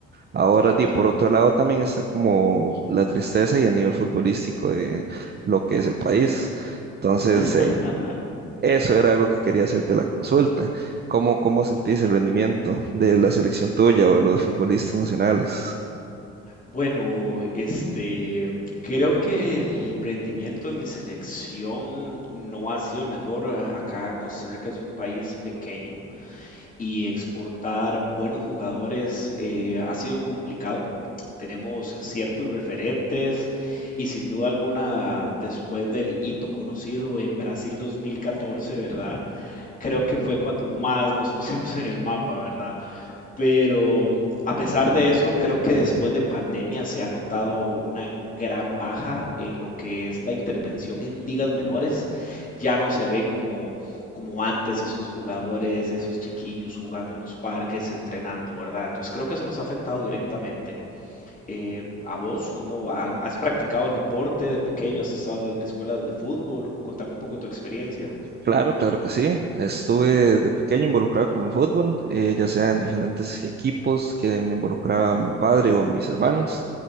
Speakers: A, on the right; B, on the left.
A: Ahora,
B: Claro.
A: di, por otro lado, también está como la tristeza y el nivel futbolístico de lo que es el país. Entonces,
B: <laughs>
A: eh, eso era algo que quería hacerte la consulta. ¿Cómo, cómo sentís el rendimiento de la selección tuya o de los futbolistas nacionales?
B: Bueno, este, creo que el rendimiento de mi selección no ha sido el mejor. A- Acá Costa Rica es un país pequeño y exportar buenos jugadores eh, ha sido complicado. Tenemos ciertos referentes y sin duda alguna, después del hito conocido en Brasil 2014, ¿verdad? Creo que fue cuando más nos <laughs> pusimos en el mapa, ¿verdad? Pero a pesar de eso, creo que después de pandemia se ha notado una gran baja en lo que es la intervención en ligas menores. Ya no se ve como, como antes esos jugadores, esos chiquillos jugando en los parques, entrenando, ¿verdad? Entonces creo que eso nos ha afectado directamente. Eh, ¿a vos, cómo ha- has practicado el deporte de pequeño? ¿Has estado en escuelas de fútbol? Contame un poco de tu experiencia.
A: Claro, claro que sí. Estuve de pequeño involucrado con el fútbol, eh, ya sea en diferentes equipos que me involucraba mi padre o mis hermanos.